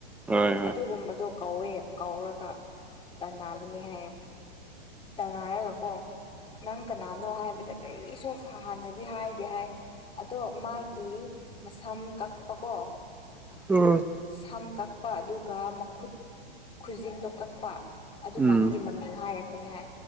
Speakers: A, in the centre; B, on the left.
A: ꯍꯣꯏ
B: ꯑꯗꯨꯒꯨꯝꯕꯗꯣ ꯀꯧꯋꯦ ꯀꯧꯔꯒ ꯇꯕꯅꯤ ꯍꯥꯏꯌꯦ ꯇꯅꯔꯒꯀꯣ ꯅꯪ ꯀꯅꯥꯅꯣ ꯍꯥꯏꯕꯗ ꯀꯔꯤꯁꯨ ꯍꯥꯟꯅꯗꯤ ꯍꯥꯏꯒꯦ ꯍꯥꯏ ꯑꯗꯣ ꯃꯥꯒꯤ ꯃꯁꯝ ꯀꯛꯄꯀꯣ
A: ꯎꯝ
B: ꯁꯝ ꯀꯛꯄ ꯑꯗꯨꯒ ꯃꯈꯨꯠ ꯈꯨꯖꯤꯟꯗꯣ ꯀꯛꯄ ꯑꯗꯨꯀꯥꯟꯗꯒꯤ
A: ꯎꯝ
B: ꯃꯃꯤꯡ ꯍꯥꯏꯔꯛꯄꯅꯤ ꯍꯥꯏ